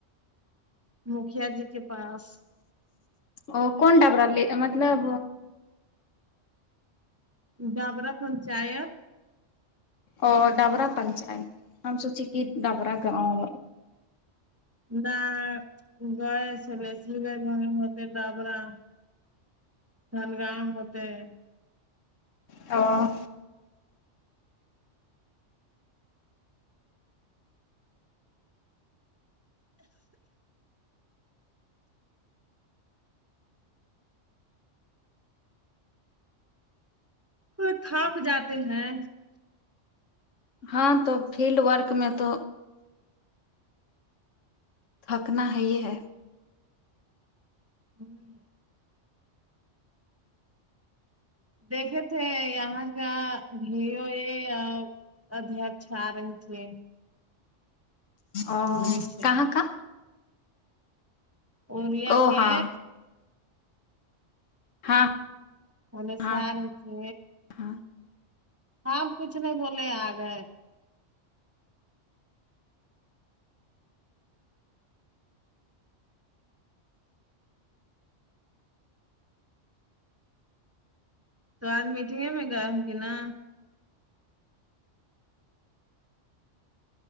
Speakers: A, on the right; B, on the left.
A: مکھیا جی کے پاس
B: ا کون ڈپررالے مطلب
A: ڈابرا پنچایت
B: اور ڈبرا پنچایت ہم سوچی کہ ڈبرا گاؤں
A: نہ گائے چول اسلی گے <unintelligible> م ڈابرا سھلگاؤ ہوتے <unintelligible>
B: ہاں
A: وہ تھک جاتے ہیں
B: ہاں تو فیلڈ ورک میں تو تھکنا ہے ہی ہے
A: ہوں دیکھے تھے یہاں کا بھی ہو یہ اور ابھی اچھا آ رہی تھی کنندری
B: ا
A: سے
B: کہاں کا
A: اور ریا
B: او
A: کے
B: ہاں ہاں
A: ا
B: ہاں
A: سارے تھ <unintelligible>
B: ہاں
A: آپ کچھ نہیں بولے آ گئے تو آج میٹنگ ہے میں کہوں گی نا